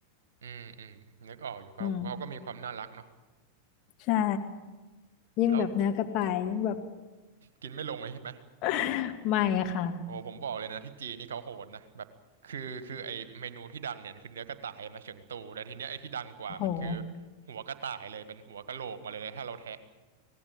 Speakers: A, on the right (about 65°); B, on the left (about 40°).
A: อืมอืมนึกออกอยู่เขาเขาก็มีความน่ารักเนาะ
B: อืมใช่ยิ่งแบบเนื้อกระต่ายยิ่งแบบ
A: แล้ว กินไม่ลงเลยใช่ไหม
B: <laughs> ไม่อะค่ะ
A: โอ้โหผมบอกเลยนะที่จีนนี่เขาโหดนะแบบคือคือไอเมนูที่ดังเนี่ยคือเนื้อกระต่ายมาเฉิงตูแต่ทีเนี้ยไอที่ดังกว่ามันคือ
B: โห
A: หัวกระต่ายเลยเป็นหัวกะโหลกมาเลยถ้าเราแทะ